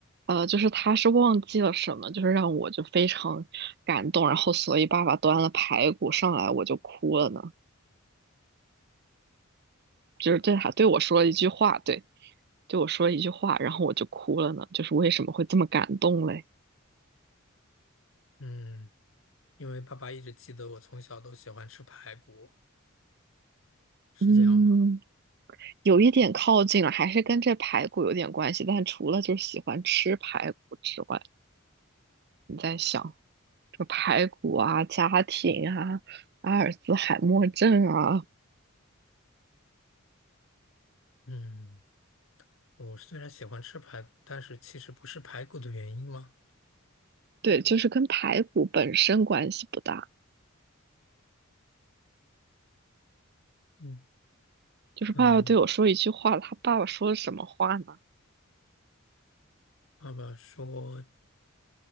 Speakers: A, on the right; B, on the left.
A: 呃，就是他是忘记了什么，就是让我就非常感动，然后所以爸爸端了排骨上来，我就哭了呢，就是对他对我说了一句话，对，对我说了一句话，然后我就哭了呢，就是为什么会这么感动嘞？
B: 嗯，因为爸爸一直记得我从小都喜欢吃排骨，是这样吗？
A: 嗯，有一点靠近了，还是跟这排骨有点关系。但除了就是喜欢吃排骨之外，你在想这排骨啊、家庭啊、阿尔兹海默症啊，
B: 嗯，我虽然喜欢吃排骨，但是其实不是排骨的原因吗？
A: 对，就是跟排骨本身关系不大。
B: 嗯
A: 就是爸爸对我说一句话，
B: 嗯，
A: 他爸爸说什么话呢？
B: 爸爸说